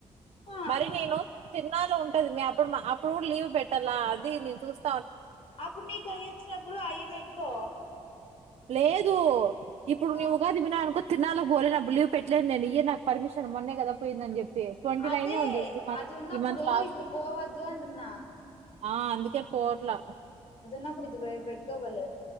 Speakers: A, on the left; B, on the right.
A: ఆ
B: మరి నేను తిన్నాలో ఉంట ది అప్పుడు మా అప్పుడు కూడా లీవ్ పెట్టాలా అది నేను చూస్త
A: అప్పుడు నీక అయ వచ్చినప్పుడు అయి పెట్టుకో
B: లేదు ఇప్పుడు
A: ఆ
B: నువ్వు కది వి అనుకో తిన్నాలో పోలే నాప్పుడు లీవ్ పెట్టలేదు నేను ఇ నాకు పర్మిషన్ మొనే కదా పోయిందని చెప్పి ట్వంటీ
A: అదే
B: నైనే ఉంది ఈ మంత్
A: అది ఉన్నప్పుడు
B: ఈ మంత్ లాస్ట్
A: ఇప్పుడు పోవద్దు అంటున్నా
B: ఆ అందుకే పోట్లా
A: నా పడి బెడ్క బల్